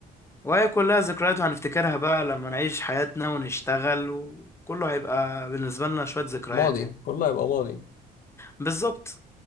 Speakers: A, on the left; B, on the left.
A: وهي كلها ذكريات وهنفتكرها بقى لما نعيش حياتنا ونشتغل وكله هيبقى بالنسبه لنا شويه ذكريات
B: ماضي
A: يعني
B: كله هيبقى ماضي
A: بالظبط